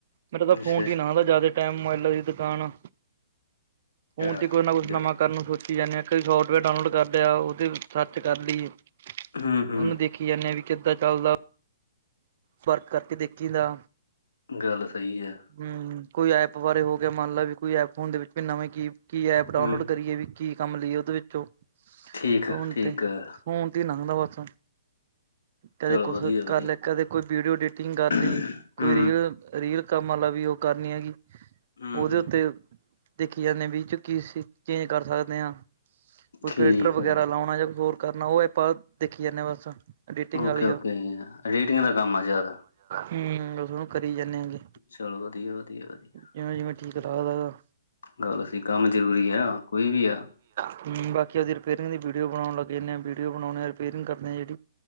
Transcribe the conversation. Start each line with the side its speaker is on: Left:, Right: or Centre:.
Right: ਮਤਲਬ
Left: ਅੱਛਾ
Right: ਫੋਨ ਨਾਂ ਲਾ, ਜਾਦਾ ਟਾਈਮ ਮਬਾਏਲਾਂ ਦੀ ਦੁਕਾਨ ਆ।
Left: ਅੱਛਾ
Right: ਫੋਨ ਤੇ ਕੋਝ ਨਾ ਕੋਛ
Left: ਠੀਕ
Right: ਨਵਾਂ
Left: ਆ ਠੀਕ
Right: ਕਰਨ ਨੂੰ ਸੋਚੀ ਜਾਂਨੇ ਆ, ਕਈ ਸੋਫਟਵੇਅਰ ਡਾਊਨਲੋਡ ਕਰ ਲੇਆ, ਉਦੇ ਚ ਸਰਚ ਕਰ ਲਈ
Left: ਹਮ ਹਮ
Right: ਓਨੂੰ ਦੇਖੀ ਜਾਂਨੇ ਆ ਵੀ ਕਿੱਦਾਂ ਚਾੱਲਦਾ ਫਰਕ ਕਰਕੇ ਦੇਖੀ ਦਾ
Left: ਗਾੱਲ ਸਈ ਆ।
Right: ਹੂੰ, ਕੋਈ ਐਪ ਬਾਰੇ ਹੋ ਗੇਆ, ਮੰਨ ਲੇ ਵੀ ਕੋਈ ਐਪ ਓਦੇ ਵਿੱਚ ਵੀ ਨਵਾ ਕੀ, ਕੀ ਐਪ ਡਾਊਨਲੋਡ
Left: ਹਮ
Right: ਕਰੀਏ ਵੀ ਕੀ ਕਾੰਮ ਲਈਏ ਓਦੇ ਵਿੱਚੋਂ,
Left: ਠੀਕ
Right: ਫੋਨ
Left: ਆ ਠੀਕ
Right: ਤੇ,
Left: ਆ
Right: ਫੋਨ ਤੇ ਲੰਘਦਾ ਬਾਸ। ਕਦੇ
Left: ਚਲੋ
Right: ਕੋਸ
Left: ਵਧੀਆ ਵਧੀਆ
Right: ਕਰ ਲੇਆ, ਕਦੇ ਕੋਈ ਵੀੜੀਓ ਐਡੀਟਿੰਗ ਕਾਰ
Left: ਹਮ
Right: ਲਈ, ਕੋਈ ਰੀਲ਼ ਰੀਲ ਕੰਮ ਵਾਲਾ ਵੀ ਓ ਕਰਨੀ ਆਗੀ,
Left: ਹਮ
Right: ਓਦੇ
Left: ਹਮ
Right: ਉੱਤੇ ਦੇਖੀ ਯਾਰ ਨੇਵੀ ਚ ਕੀਸੀ ਚੇਂਜ ਕਰ ਸਾਕਦੇ ਆਂ। ਕੋਈ
Left: ਠੀਕ
Right: ਫੇਲਟਰ ਵਗੈਰਾ
Left: ਆ
Right: ਲਾਉਣਾ, ਯਾ ਕੋਸ ਹੋਰ ਕਰਨਾ, ਓ ਆਪਾਂ ਦੇਖੀ ਜਾਂਨੇ ਆ ਬਸ। ਅਡੇਟਿੰਗ ਵਾਲੀ
Left: ਓਕੇ ਓਕੇ
Right: ਆ,
Left: ਰੇਟਿੰਗ ਦਾ ਕੰਮ ਆ ਜ਼ਿਆਦਾ
Right: ਹੂੰ ਬਾਸ ਓਨੂੰ ਕਰੀ ਜਾਨੇ ਆਗੇ।
Left: ਚਲੋ ਠੀਕ। ਵਦੀਆ, ਵਦੀਆ, ਵਦੀਆ।
Right: ਜਿਵੇਂ-ਜਿਵੇਂ ਠੀਕ ਲਾਗਦਾ ਆਪਦਾ, ਆਪਦਾ
Left: ਮਾਨ ਲੋ ਅਸੀਂ ਕਾੰਮ ਜਰੂਰੀ ਆ, ਕੋਈ ਵੀ ਆ।
Right: ਹੂੰ, ਬਾਕੀ ਆਪਦੀ ਰਿਪੇਰਿੰਗ ਦੀ ਵੀੜੀਓ ਬਣਾਉਣ ਲੱਗੇ ਜਾਂਨੇ ਆ, ਬੀੜੀਓ ਬਣਾਓਣੇ ਆ। ਰਿਪਅਰਿੰਗ ਕਰਦੇ ਆ ਜੇੜੀ।